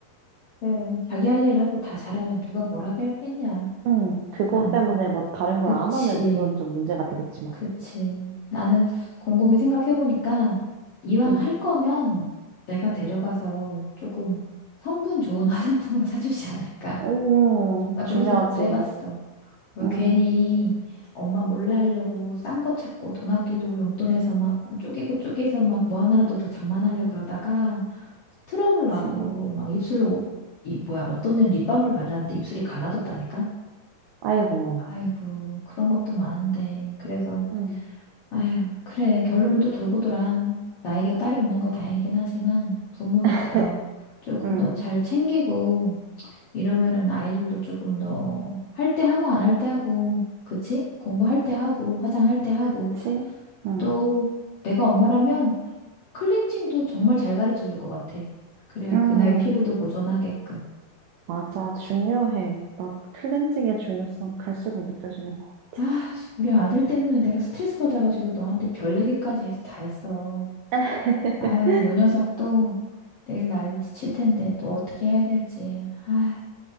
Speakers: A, on the left (about 65°); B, on the right (about 80°).
A: 네. 자기 할 일 하고 다 잘하면 누가 뭐라 하겠냐?
B: 음, 그거
A: 안,
B: 때문에 뭐 다른
A: 그치.
B: 걸 안 하면 그건 좀 문제가 되겠지만.
A: 그치. 나는 곰곰이 생각해보니까 이왕
B: 음,
A: 할 거면 내가 데려가서 조금 성분 좋은 <laughs> 화장품으로 사주지 않을까.
B: 음,
A: 나 그런
B: 중요하지.
A: 생각도 해봤어. 왜
B: 음,
A: 괜히 엄마 몰래 하려고 싼 거 찾고 돈 아끼려고 용돈에서 막 쪼개고 쪼개서 막 뭐 하나라도 더 장만하려 그러다가 트러블
B: 그치.
A: 나고 막 입술로 이 뭐야 어떤 애는 립밤을 발랐는데 입술이 갈라졌다니까?
B: 아이고.
A: 아이고 그런 것도 많은데 그래서
B: 음,
A: 아휴, 그래. 결론은 또 돌고 돌아. 나에게 딸이 없는 거 다행이긴 하지만 부모로서
B: <laughs>
A: 조금
B: 음,
A: 더 잘 챙기고 이러면은 아이들도 조금 더 할 때 하고 안 할 때 하고, 그치? 공부할 때 하고, 화장할 때 하고.
B: 그치. 음,
A: 또 내가 엄마라면 클렌징도 정말 잘 가르쳐 줄 것 같아. 그래야
B: 음.
A: 그 나이 피부도 보존하게끔.
B: 맞아, 중요해. 나 클렌징의 중요성 갈수록 느껴지는 것 같아.
A: 아, 씨, 우리 아들 때문에 내가 스트레스 받아가지고 너한테 별 얘기까지 해서 다 했어.
B: <laughs>
A: 아유, 요 녀석도 내일 난리칠 텐데 또 어떻게 해야 될지. 아유,